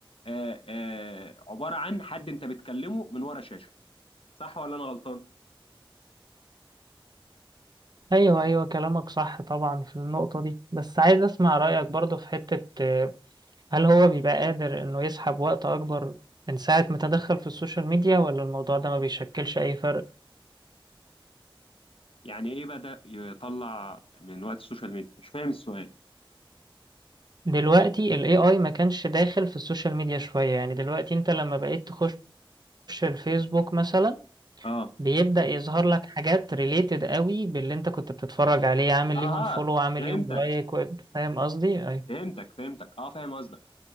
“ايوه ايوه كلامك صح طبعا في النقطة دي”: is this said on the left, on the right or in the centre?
Right